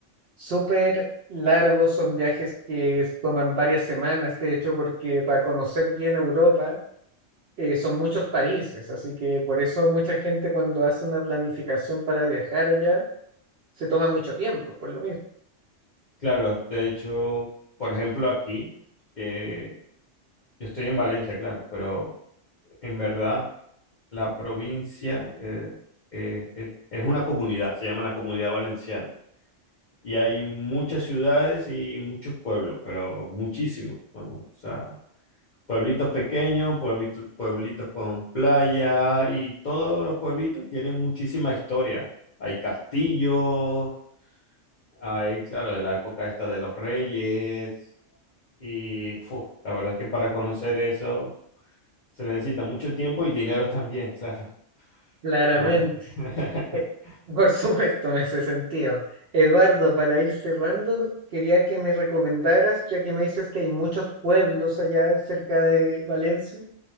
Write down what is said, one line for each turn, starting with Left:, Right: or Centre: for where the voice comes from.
Right: súper largos, son viajes que es- toman varias semanas, de hecho, porque para conocer bien Europa eh, son muchos países, así que por eso mucha gente cuando hace una planificación para viajar allá se toma mucho tiempo, por lo mismo.
Left: Claro, de hecho, por ejemplo, aquí, que yo estoy en Valencia, claro, pero en verdad la provincia eh, eh, es, es una comunidad, se llama la Comunidad Valenciana. Y hay muchas ciudades y muchos pueblos, pero muchísimos, vamos, o sea, pueblitos pequeños, pueblitos, pueblitos con playa y todos los pueblitos tienen muchísima historia. Hay castillos, hay, claro, de la época esta de los reyes y fu, la verdad es que para conocer eso se necesita mucho tiempo y dinero también, claro,
Right: Claramente.
Left: pero <laughs>
Right: Eh, Por supuesto, me hace sentido. Eduardo, para ir cerrando, quería que me recomendaras, ya que me dices que hay muchos pueblos allá cerca de Valencia,